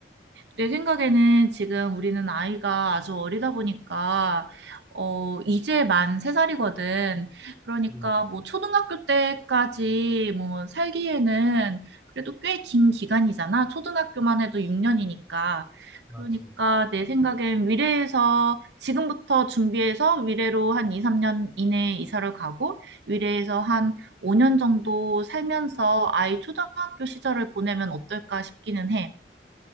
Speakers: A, on the right; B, in the centre.
A: 내 생각에는 지금 우리는 아이가 아주 어리다 보니까, 어, 이제 만 3살이거든. 그러니까
B: 음,
A: 뭐 초등학교 때까지 뭐 살기에는 그래도 꽤 긴 기간이잖아. 초등학교만 해도 6년이니까.
B: 맞지,
A: 그러니까
B: 맞지.
A: 내 생각엔 위례에서 지금부터 준비해서 위례로 한 2, 3년 이내에 이사를 가고 위례에서 한 5년 정도 살면서 아이 초등학교 시절을 보내면 어떨까 싶기는 해.